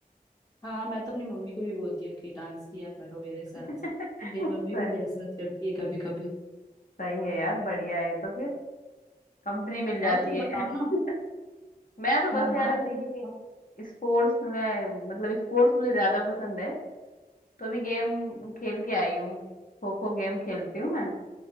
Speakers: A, on the left; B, on the left.
A: हाँ मैं तो अपनी मम्मी को भी बोलती हूँ कि डांस किया करो मेरे साथ
B: <laughs>
A: तो मेरी मम्मी
B: सही
A: भी मेरे साथ करती है कभी कभी
B: सही है यार बढ़िया है तो फिर कंपनी मिल जाती
A: और तुम
B: है
A: बताओ ना
B: <laughs> मैं तो बस
A: हाँ
B: यार
A: हाँ
B: अभी
A: तुम बताओ
B: स्पोर्ट्स में मतलब स्पोर्ट्स मुझे ज्यादा पसंद है तो अभी गेम खेल के आई हूँ खो खो गेम खेलती हूँ मैं